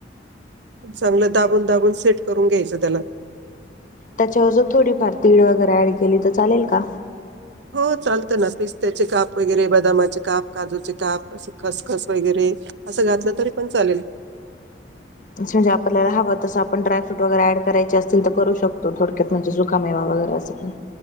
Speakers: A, on the right; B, on the left.
A: चांगलं दाबून दाबून सेट करून घ्यायचं त्याला.
B: त्याच्यावर जर थोडीफार तीळ वगैरे ऍड केली, तर चालेल का?
A: हो चालतं ना. पिस्त्याचे काप वगैरे, बदामाचे काप, काजूचे काप असे खसखस वगैरे असं घातलं तरीपण चालेल.
B: म्हजे आपल्याला हहावंसं आप ड्रायफ्रट वगैर ऍड करायचे असतील, तर करू शकतो थोडक्यात म्हणजे सुुका मेवा व गव्हाचं पीठ